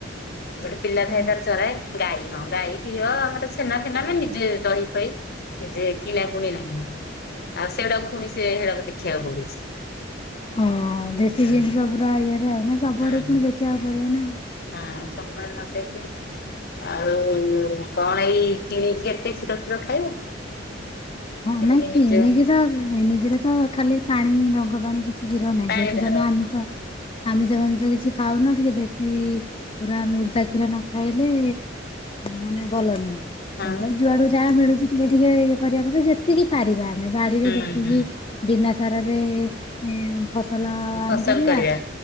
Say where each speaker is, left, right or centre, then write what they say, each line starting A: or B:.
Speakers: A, on the left; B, on the left.
A: ଗୋଟେ ପିଲା ଥାଏ
B: ହଁ
A: ତାର ଚରାଏ। ଗାଈ ହଁ ଗାଈ ଘିଅ ଆମର ଛେନା ଫେନା ଆମେ ନିଜେ ଦହି ଫଇ ଯେ କିଣାକୁୁଣି ନାହିଁ ଆଉ ସେଉଡାକୁ ଫୁଣି ସେ ହେଡାକୁ ଦେଖିବାକୁ ପଡୁଛି।
B: ହଁ ଦେଶୀ
A: ହଁ
B: ଜିନିଷ ପୁରା ଇଏରେ ଆଉ ନା ସବୁଆଡୁ
A: ହଁ।
B: କୁ ପୁଣି ଦେଖିବାକୁ ପଡିବ ନା
A: ହଁ ସବୁଆଡ଼େ ନ ଦେଖିକି ଆଉ କଁ ପାଇଁ କିଣିକି କେତେ କ୍ଷୀର ଫିର ଖାଇବ।
B: ହଁ
A: ଯେମିତି
B: ନାଇଁ କିଣିକି
A: ନିଜେ
B: ତ ଏମିତିରେ ତ ଖାଲି ପାଣି ରଙ୍ଗ ପାଣି କି କିଛି କ୍ଷୀର ନାଇଁ
A: ପାଣିିବାର
B: ଯେହେତୁ ତମେ
A: ହୁଁ
B: ଆମିଷ ଆମିଷ ଫାମିଷ କିଛି ଖାଉନ। ଟିକେ ଦେଶୀ ପୁରା ନୁରୁତା କ୍ଷୀର ନ ଖାଇଲେ। ମାନେ ଭଲ ନୁହେଁ
A: ହଁ ବା
B: ଯୁଆଡୁ ଯାହା ମିଳୁଚି ଟିକେ ଟିକେ ଇଏ କରିବା କଥା ଯେ ଯେତିକି ପାରିବା ଆମେ ବାଡ଼ିରେ
A: ହୁଁ
B: ଯେତିକି
A: ହୁଁ
B: ବିନା ସାରରେ ଏଁ ଫସଲ ଆଣିପାରିବା
A: ଫସଲ କରିବା